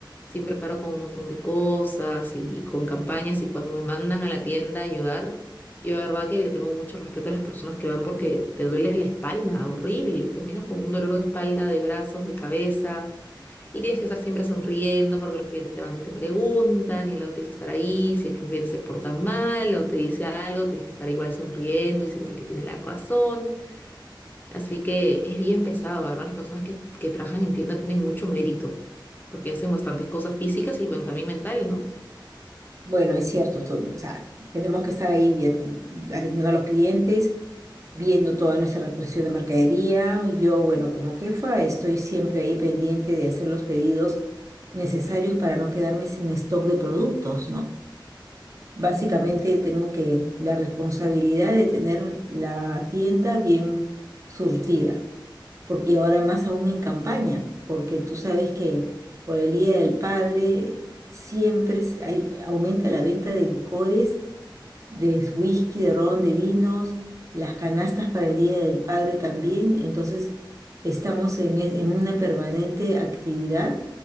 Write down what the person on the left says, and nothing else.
siempre paro con un montón de cosas y con campañas y cuando me mandan a la tienda a ayudar, yo de verdad que le tengo mucho respeto a las personas que van porque te duele la espalda, horrible. Terminas con un dolor de espalda, de brazos, de cabeza. Y tienes que estar siempre sonriendo porque los clientes te van y te preguntan y luego tienes que estar ahí, si es que un cliente se porta mal o te dice algo, tienes que estar igual sonriendo, diciéndole que tiene la razón. Así que es bien pesado, ¿verdad? Las personas que, que trabajan en tienda tienen mucho mérito porque hacen bastantes cosas físicas y bueno, también mental, ¿no?
Ujú.